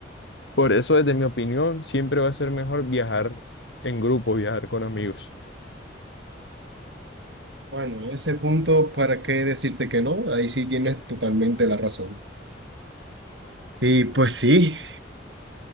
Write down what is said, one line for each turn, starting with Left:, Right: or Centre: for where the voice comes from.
Left: Por eso, desde mi opinión, siempre va a ser mejor viajar en grupo, viajar con amigos.
Right: Bueno, en ese punto, ¿para qué decirte que no? Ahí sí tienes totalmente la razón. Y pues sí,